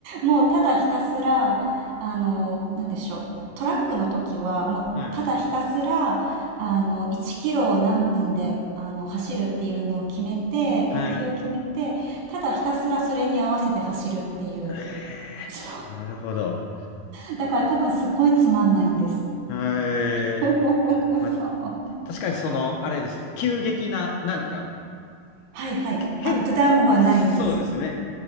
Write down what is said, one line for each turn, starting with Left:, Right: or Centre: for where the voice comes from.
Right: もうただひたすら、あの、なんでしょう。トラックの時は、もうただひたすら、
Left: はい。
Right: あの、1キロを何分で、あの、走るっていうのを決めて、
Left: はい。
Right: 目標を決めて、ただひたすらそれに合わせて走るっていう。
Left: ええなるほど。
Right: そう。だから多分すっごいつまんないんです。
Left: はい。
Right: <laughs>
Left: まあ、
Right: そう。
Left: 確かにその、あれですね。急激な、なんか、
Right: はいはい。
Left: 変、
Right: アップダウンはないです。
Left: そうですね。